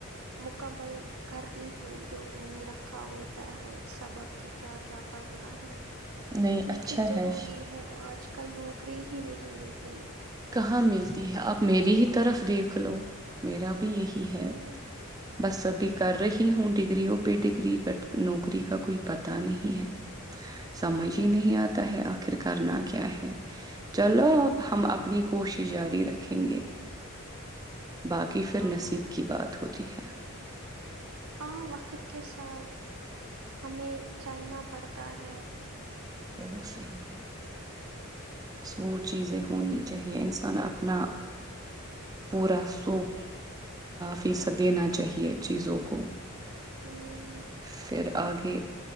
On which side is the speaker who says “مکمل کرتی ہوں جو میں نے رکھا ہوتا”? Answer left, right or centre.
Right